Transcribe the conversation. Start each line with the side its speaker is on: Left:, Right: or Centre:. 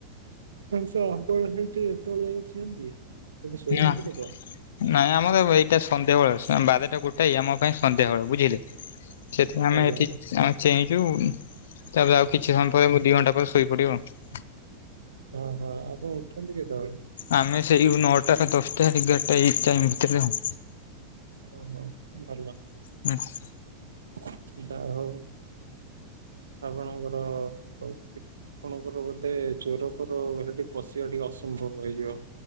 Right: ମାଂସ ଆପଣ ସେଠି ଏତେବେଳ ଯାଙ୍କେ ଚିଅନ୍ତି ସେଠି ଶୋଇନାଆନ୍ତି
Left: ନା
Right: ଲୋକ।
Left: ନାଇଁ ଆମର ବ ଏଇଟା ସନ୍ଧ୍ୟାବେଳ, ସାନ୍ ବାରେଟା ଗୋଟାଏ ଆମ ପାଈଁ ସନ୍ଧ୍ୟାବେଳ ବୁଝିଲେ, ସେଠି ଆମେ
Right: ଆଜ୍ଞା
Left: ଏଠି ଆମେ ଚେଇଁଚୁ ତାପରେ ଆଉ କିଛି ସମୟ ପରେ ମୁଁ ଦି ଘଣ୍ଟା ପରେ ଶୋଇ ପଡିବଉ ଆଉ।
Right: ଓଁ ହଁ ଆପଣ ଉଠନ୍ତି କେତେବେଳେ?
Left: ଆମେ ସେଇ ଯୋଉ ନଅଟା, ଦଶ୍ଟା, ଏଗାରଟା ଏଇ ଟାଇମ ଭିତରେ ଆଉ।
Right: ଓ ହୋ ଭଲ
Left: ହଁ
Right: ତିନଟା ହୋଉ ଆପଣଙ୍କର କେ ଆପଣଙ୍କର ବୋଧେ ଚୋର ଫୋର ହେଟି ପଶିଆକୁ ଟିକେ ଅସମ୍ଭବ ହେଇଯିବ।